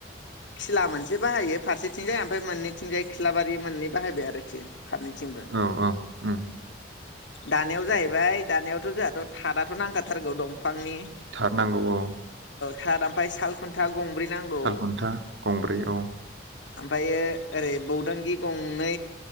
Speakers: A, on the left (about 75°); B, on the right (about 75°).
A: खिला मोनसे बाहायो फारसेथिंजाय ओमफ्राय मोननैथिंजाय खिलाबारि मोननै बाहायबाय आरोखि। फारनैथिंबो
B: औ औ उम
A: दानायाव जाहैबाय दानायावथ' जोंहाथ' थाद आथ नांथारगौ दंफांनि
B: थार नांगौ औ
A: थार आमफ्राय साल खुन्था गंब्रै नांगौ
B: सालखुन्था गंब्रै औ
A: ओमफ्रायो ओरै बौदांगि गंनै